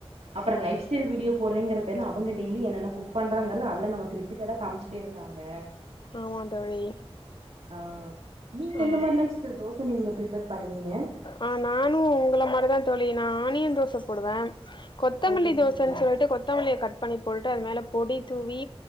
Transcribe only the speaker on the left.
ஆமா தோழி
ஆ
ஆ நானு உங்கள மாரிதா தோழி நா ஆனியன் தோச போடுவே கொத்தமல்லி
தோசன்னு
சொல்டு கொத்தமல்லியை கட் பண்ணி போட்டுட்டு அது மேல பொடி தூவி